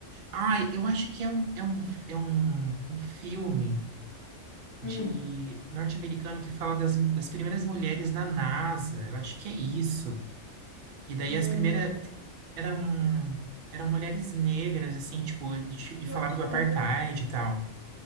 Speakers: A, on the right; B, on the left.
A: Ai, eu acho que é um, é um, é um, um filme de
B: Hum.
A: norte-americano que fala das, das primeiras mulheres na NASA. Eu acho que é isso. E daí
B: Ai,
A: as primeiras
B: eu não sei.
A: eram eram mulheres negras, assim, tipo, e
B: Eu
A: falava
B: acho
A: do apartheid
B: que eu sei.
A: e tal.